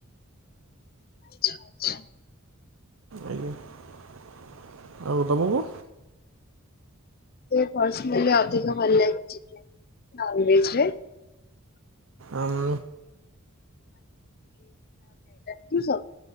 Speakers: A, on the left (about 45°); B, on the right (about 65°).
A: <unintelligible>
B: ଆଜ୍ଞା <inaudible> ହଁ ଆଉ ତମକୁ।
A: ପର୍ସନଲି ଅଧିକ ଭଲ ଲାଗୁଛି ନନଭେଜ ରେ <inaudible> <inaudible>
B: ଆମ୍
A: କି ସ।